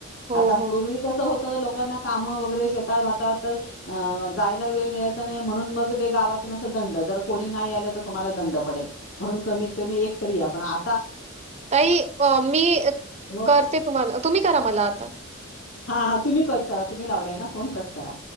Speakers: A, on the right; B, on the left.
A: हो,
B: आता
A: हो.
B: पूर् क तर लोकांना काम वगैरे शेतात भात तर जायला वेळ मिळायचा नाही म्हणून मग ते गावात कोणी नाही तुम्हाला दंड पल म्हणून कत कण आ
A: तही अ मी
B: हो
A: करते तुम्हाला तुम्ही करा मला आता
B: हा हा तुम्ही कट करा तुम्ही लावलाय ना फोन कट करा